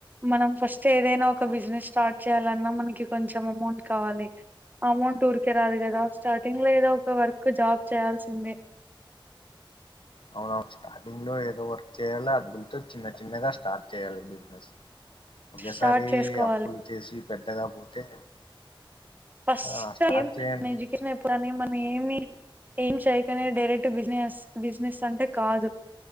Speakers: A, on the right; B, on the left.
A: మనం ఫస్ట్ ఏదైనా ఒక బిజినెస్ స్టార్ట్ చేయాలన్నా, మనకి కొంచెం అమౌంట్ కావాలి. అమౌంట్ ఊరికే రాదు కదా. స్టార్టింగ్ లో ఏదో ఒక వర్క్ జాబ్ చేయాల్సిందే.
B: అవునవు స్టార్టింగ్ లో ఏదో వర్క్ చేయల. అడ్గులతో చిన్న చిన్నగా స్టార్ట్ చేయాలి బిజినెస్. ఒకేసారి
A: స్టార్ట్ చేసుకోవాలి
B: అప్పులు చేసి పెద్దగా పోతే
A: ఫస్ట్
B: ఆ స్టార్ట్
A: ఏం
B: చేయండి
A: మన ఎడ్యుకేషన్ అయిపోగానే మనం ఏమి ఏం చేయకనే డైరెక్ట్ బిజినెస్ బిజినెస్ అంటే కాదు.